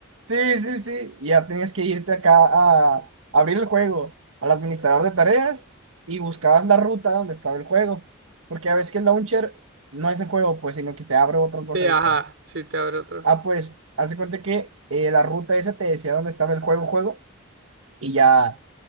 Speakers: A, on the right; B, on the right.
A: Sí, sí, sí. y ya tenías que irte acá a abrir el juego al administrador de tareas y buscabas la ruta donde estaba el juego. Porque a veces que el launcher no es el juego, pues, sino que te abre otra
B: Sí,
A: cosa
B: ajá.
A: extra.
B: Sí, te abre otro.
A: Ah, pues, hace cuenta que eh, la ruta esa te decía dónde estaba el juego, juego, y ya.